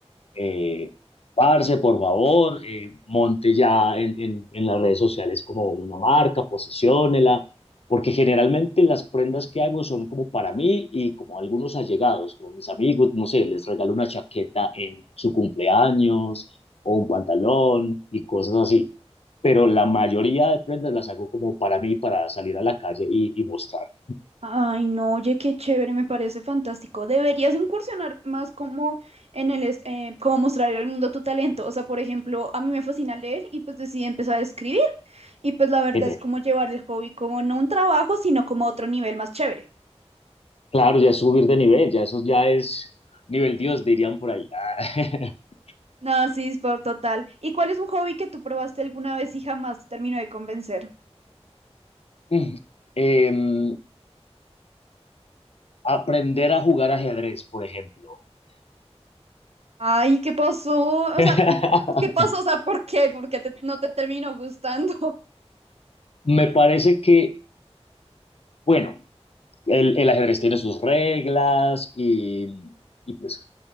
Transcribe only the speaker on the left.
Eh, parce, por favor, eh, monte ya en, en- en las redes sociales como una marca, posiciónela, porque generalmente las prendas que hago son como para mí y como algunos allegados, como mis amigos, no sé, les regalo una chaqueta en su cumpleaños o un pantalón y cosas así. Pero la mayoría de prendas las hago como para mí, para salir a la calle y, y mostrar.
Genial.
Claro, ya es subir de nivel, ya eso ya es nivel Dios, dirían por ahí. <laughs>
<laughs> Mm, em, aprender a jugar ajedrez, por ejemplo.
<laughs>
Me parece que, bueno, el, el ajedrez tiene sus reglas y, y, pues